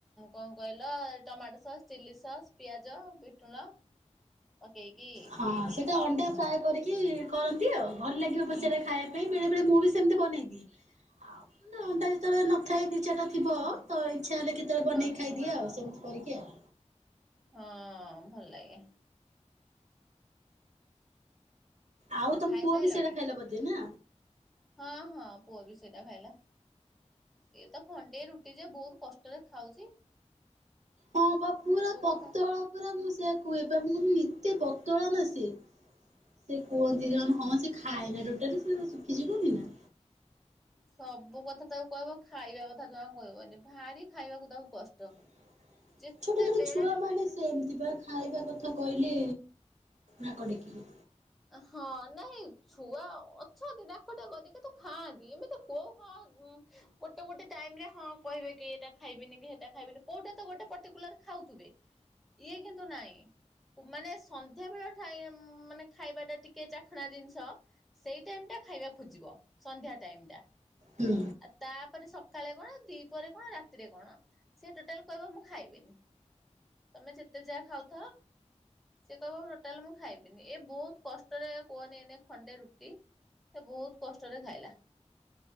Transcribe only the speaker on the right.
ହଁ ସେଇଟା ଅଣ୍ଡା ଫ୍ରାଏ କରିକି କରନ୍ତି ଆଉ ଭଲ ଲାଗିବ
ତ ସେଟା ଖାଇବା ପାଇଁ ବେଳେ ବେଳେ ମୁଁ ବି ସେମତି ବନେଇ ଦିଏ ଆଉ ମାନେ ଅଣ୍ଡା ଯେତେବେଳେ ନଥାଏ ଦି ଚାରିଟା ଥିବ
ତ ଇଚ୍ଛା ହେଲେ କେତେବେଳେ ବନେଇକି
ଖାଇଦିଏ ଆଉ ସେମିତି କରିକି ଆଉ।
ଆଉ ତମ
ପୁଅ ବି ସେଇଡ଼ା ଖାଇଲା ବଧେ ନା।
ହଁ ବା ପୁରା ପତଳା
ପୁରା ମୁଁ ସେଇଆା କୁହେ ମୁଁ କ ଏତେ ପତଳା ନା ସିଏ। ସେ କୁହନ୍ତି ଜାନ ହଁ ସେ ଖାଏ ନା ଟୋଟାଲ ସେ ଶୁଖିଯିବନି ନା।
<inaudible>
ଛୋଟ ଛୋଟ ଛୁଆମାନେ ସେମିତି ବା ଖାଇବା କଥା କହିଲେ ନାକ ଟେକିବେ।
ହୁଁ।